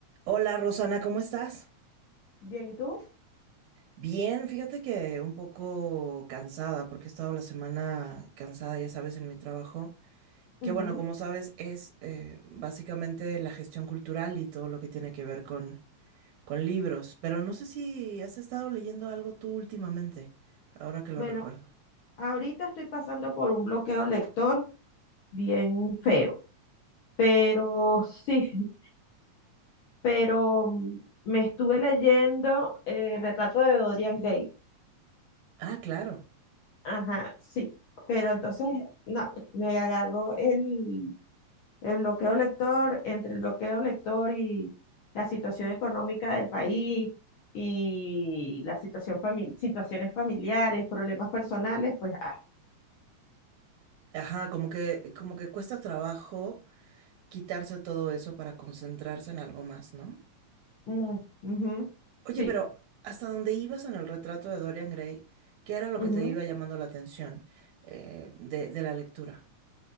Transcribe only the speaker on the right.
Hola Rosana, ¿cómo estás?
Bien, fíjate que un poco cansada porque he estado la semana cansada, ya sabes, en mi trabajo, que
bueno, como sabes, es eh, básicamente la gestión cultural y todo lo que tiene que ver con, con libros, pero no sé si has estado leyendo algo tú últimamente, ahora que lo
recuerdo.
Ah, claro.
Ajá, como que, como que cuesta trabajo quitarse todo eso para concentrarse en algo más, ¿no?
Oye,
pero hasta donde ibas en el retrato de Dorian Gray, ¿qué era lo
que te iba llamando la atención eh, de, de la lectura?